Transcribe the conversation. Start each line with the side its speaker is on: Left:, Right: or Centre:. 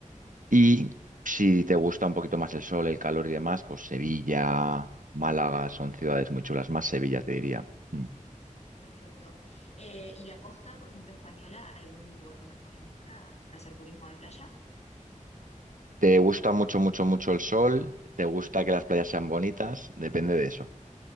Right: Y si te gusta un poquito más el sol, el calor y demás, pues Sevilla, Málaga son ciudades muy chulas, más Sevilla te diría. Mm.
Left: Perfecto. Eh, ¿y la costa, por ejemplo, española, algún lugar que me recomiendes para, para hacer turismo de playa?
Right: ¿Te gusta mucho, mucho, mucho el sol? ¿Te gusta que las playas sean bonitas? Depende de eso.